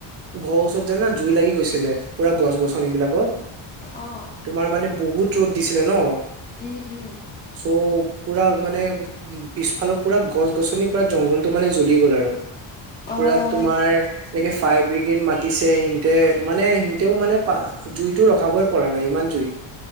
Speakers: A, on the right (about 30°); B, on the left (about 20°).
A: ঘৰৰ ওচৰত জানা জুই লাগি গৈছিলে। পুৰা গছ
B: অ',
A: গছনিবিলাকত
B: উম,
A: তোমাৰ মানে বহুত ৰ'দ দিছিলে ন।
B: উম, উম।
A: চ' পুৰা মানে উ পিছফালৰ পুৰা গছ গছনিৰ পৰা জংঘলটো মানে জ্বলি গ'ল আৰু।
B: অ',
A: পুৰা তোমাৰ এনেকে ফায়াৰ ব্ৰিগেড মাতিছে সিহতে মানে সিহতেও মানে প জুইতটো ৰখাবই পৰা নাই ইমান জুই।